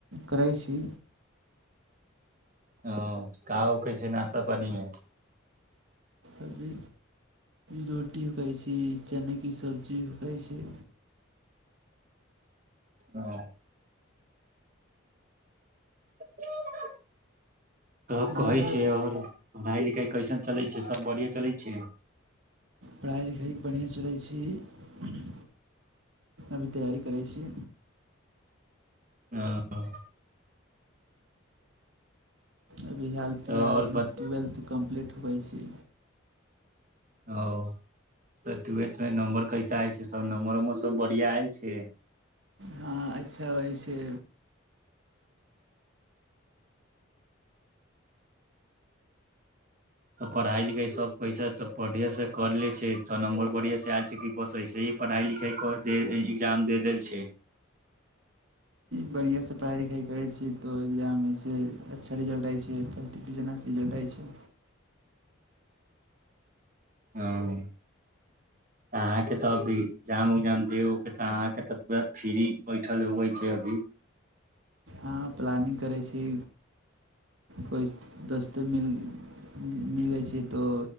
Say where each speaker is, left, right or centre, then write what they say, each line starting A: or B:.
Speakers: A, on the right; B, on the right.
A: करै छी
B: ह का उ कहै छै नाश्ता पानिमे
A: अभी रोटी उकाै छै चनेके सब्जी उकाइ छै
B: हँ <unintelligible> तब
A: भैया
B: कहै छै आओर पढ़ाइ लिखाइ कैसन चलै छै सब बढ़िए चलै छै
A: पढ़ाइ लिखाइ बढ़ियाँ चलै छै अभी तैयारी करै छी
B: हाँ
A: अभी हाल फिलहालमे
B: तऽ और बत
A: ट्वेल्थ कम्पलीट धबै छी
B: ओ तऽ ट्वेल्थमे नम्बर कैसा होइ छै सभ नम्बर उम्बर सभ बढ़िआँ आयल छै
A: हँ अच्छा वइसँ
B: तऽ पढ़ाइ लिखाइ सभ कैसे तऽ बढ़िएसँ कर लै छै तऽ नम्बर बढ़िएँसँ आएल छै की बस इसे ही पढ़ाइ लिखाइ कऽ कर दे-एक्जाम दे देल छै
A: बढ़ियाँ से पढ़ाइ लिखाइ करै छी तऽ एग्जाम होइ छै अच्छा रिजल्ट आइ छै फर्स्ट डिविजनके रिजल्ट आइ छै
B: हँ अहाँके तऽ अभी एग्जाम उग्जाम देके उ तऽ अहाँके तऽ पूरा फ्री बैठल होवै छै अभी
A: हाँ प्लानिंग करै छै कोइ दोस्त मिल मिल जाइ छै तऽ